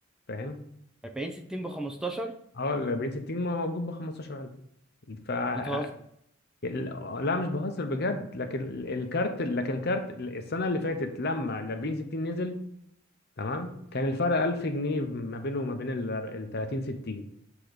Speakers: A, on the left; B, in the centre.
A: فاهم؟
B: أربعين ستين بخمستاشر
A: اه ال 40 60 موجود ب 15000 فأقل
B: بتهزر
A: ال- لا مش بهزر بجد لكن ال- الكارت لكن الكارت ال- السنه اللي فاتت لما ال 40 60 نزل تمام كان الفرق 1000 جنيه ما بينه وما بين ال ال 30 60